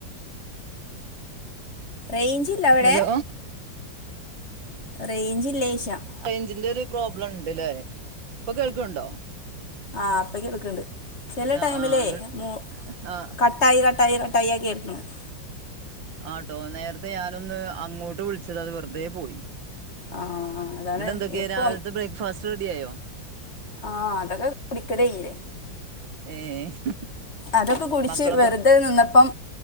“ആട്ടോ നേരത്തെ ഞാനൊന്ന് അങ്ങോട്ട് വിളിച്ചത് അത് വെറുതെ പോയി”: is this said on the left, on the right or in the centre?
Right